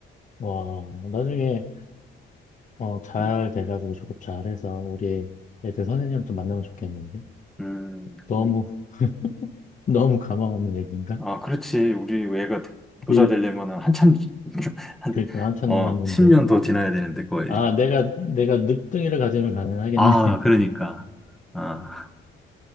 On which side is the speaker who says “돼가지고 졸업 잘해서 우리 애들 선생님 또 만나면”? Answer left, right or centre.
Left